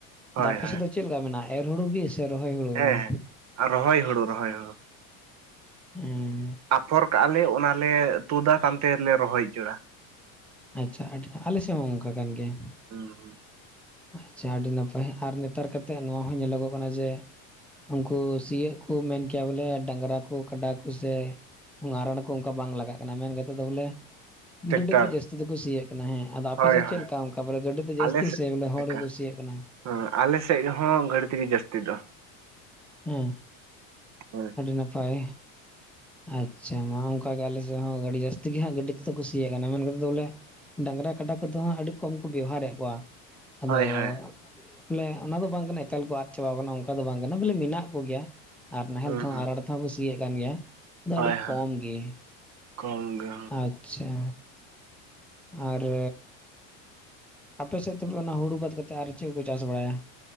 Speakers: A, on the right; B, in the centre.
A: ᱦᱳᱭ
B: ᱫᱟ ᱟᱯᱮ
A: ᱦᱳᱭ
B: ᱥᱮᱫ ᱫᱚ ᱪᱮᱫ ᱞᱮᱠᱟ ᱢᱮᱱᱟᱜᱼᱟ ᱮᱨ ᱦᱩᱲᱩ ᱜᱮ ᱥᱮ ᱨᱚᱦᱚᱭ ᱦᱩᱲᱩ
A: ᱦᱮᱸ
B: ᱵᱚᱞᱮ
A: ᱟᱨ ᱨᱚᱦᱚᱭ ᱦᱩᱲᱩ ᱨᱚᱦᱚᱭ ᱦᱩᱲᱩ
B: ᱦᱮᱸ
A: ᱟᱯᱷᱚᱨ ᱠᱟᱜᱼᱟᱞᱮ ᱚᱱᱟᱞᱮ ᱛᱩᱫᱟ ᱛᱟᱱᱛᱮᱞᱮ ᱨᱚᱦᱚᱭ ᱩᱪᱟᱹᱲᱟ
B: ᱟᱪᱪᱷᱟ ᱟᱹᱰᱤ ᱟᱞᱮ ᱥᱮᱫ ᱦᱚᱸ ᱚᱱᱠᱟ ᱠᱟᱱ ᱜᱮᱭᱟ
A: ᱦᱩᱸ ᱦᱩᱸ <inaudible>
B: ᱟᱪᱪᱷᱟ ᱟᱹᱰᱤ ᱱᱟᱯᱟᱭ ᱟᱨ ᱱᱮᱛᱟᱨ ᱠᱟᱛᱮᱜ ᱱᱚᱣᱟ ᱦᱚᱸ ᱧᱮᱞᱚᱜᱚᱜ ᱠᱟᱱᱟ ᱡᱮ ᱩᱱᱠᱩ ᱥᱤᱭᱳᱜ ᱠᱚ ᱢᱮᱱ ᱠᱮᱭᱟ ᱵᱚᱞᱮ ᱰᱟᱹᱝᱨᱟ ᱠᱚ ᱠᱟᱰᱟ ᱠᱚᱥᱮ ᱨᱟᱲ ᱠᱚ ᱚᱱᱠᱟ ᱵᱟᱝ ᱞᱟᱜᱟᱜ ᱠᱟᱱᱟ ᱢᱮᱱ ᱠᱟᱛᱮᱸᱫ ᱫᱚ ᱵᱚᱞᱮ
A: ᱴᱮᱠᱴᱟᱨ
B: ᱜᱟᱹᱰᱤ ᱛᱮᱜᱮ ᱡᱟᱹᱥᱛᱤ ᱫᱚᱠᱚ ᱥᱤᱭᱟᱹᱜ ᱠᱟᱱᱟ ᱦᱮᱸ ᱟᱫᱚ ᱟᱯᱮᱥᱮᱫ
A: ᱦᱳᱭ ᱦᱳᱭ
B: ᱪᱮᱫ ᱞᱮᱠᱟ ᱚᱱᱠᱟ ᱵᱚᱞᱮ ᱜᱟᱹᱰᱤ ᱛᱮ ᱡᱟᱹᱥᱛᱤ
A: ᱟᱞᱮ ᱥᱮᱫ
B: ᱥᱮ ᱵᱚᱞᱮ
A: ᱞᱮᱠᱟ
B: ᱦᱚᱲ ᱜᱮᱠᱩ ᱥᱤᱭᱟᱜ ᱠᱟᱱᱟ
A: ᱦᱮᱸ ᱟᱞᱮ ᱥᱮᱡ ᱦᱚᱸ ᱜᱟᱹᱰᱤ ᱛᱮᱜᱮ ᱡᱟᱹᱥᱛᱤ ᱫᱚ
B: ᱦᱮᱸ
A: ᱦᱮᱸ
B: ᱟᱹᱰᱤ ᱱᱟᱯᱟᱭ ᱟᱪᱪᱷᱟ ᱢᱟ ᱠᱟ ᱚᱱᱠᱟ ᱜᱮ ᱟᱞᱮ ᱥᱮ ᱦᱚᱸ ᱜᱟᱹᱰᱤ ᱡᱟᱹᱥᱛᱤ ᱜᱮ ᱦᱟᱸᱜ ᱜᱟᱹᱰᱤ ᱛᱮᱫᱚ ᱠᱩᱥᱤᱭ ᱠᱟᱱᱟ ᱢᱮᱱᱛᱮᱫ ᱫᱚ ᱵᱚᱞᱮ ᱰᱟᱹᱝᱨᱟ ᱠᱟᱰᱟ ᱠᱚᱫᱚ ᱟᱹᱰᱤ ᱠᱚᱢ ᱠᱚ ᱵᱮᱣᱦᱟᱨᱮᱫ ᱠᱚᱣᱟ ᱟᱫᱚ
A: ᱦᱳᱭ ᱦᱳᱭ
B: ᱵᱚᱞᱮ ᱚᱱᱟ ᱫᱚ ᱵᱟᱝ ᱠᱟᱱᱟ ᱮᱠᱟᱞ ᱠᱚ ᱟᱫ ᱪᱟᱵᱟᱣ ᱟᱠᱟᱱᱟ ᱚᱱᱠᱟ ᱫᱚ ᱵᱟᱝ ᱠᱟᱱᱟ ᱵᱚᱞᱮ ᱢᱮᱱᱟᱜ ᱠᱚᱜᱮᱭᱟ, ᱟᱨ ᱱᱟᱦᱮᱞ
A: ᱦᱩᱸ
B: ᱛᱮᱦᱚᱸ
A: ᱦᱩᱸ
B: ᱟᱨᱴ ᱠᱟᱛᱷᱟ ᱠᱚ ᱥᱤᱭᱮᱫ ᱠᱟᱱ ᱜᱮᱭᱟ ᱟᱫᱚ
A: ᱦᱳᱭ
B: ᱟᱹᱰᱤ
A: ᱦᱳᱭ
B: ᱠᱚᱢ ᱜᱮ
A: ᱠᱚᱢ ᱜᱮ
B: ᱟ ᱟᱪᱪᱷᱟ ᱟᱨᱮ ᱟᱯᱮ ᱥᱮᱫ ᱛᱚᱵᱮ ᱚᱱᱟ ᱦᱩᱲᱩ ᱵᱟᱫ ᱠᱟᱛᱮᱸᱫ ᱟᱨ ᱪᱮᱫ ᱠᱚ ᱪᱟᱥ ᱵᱟᱲᱟᱭᱟ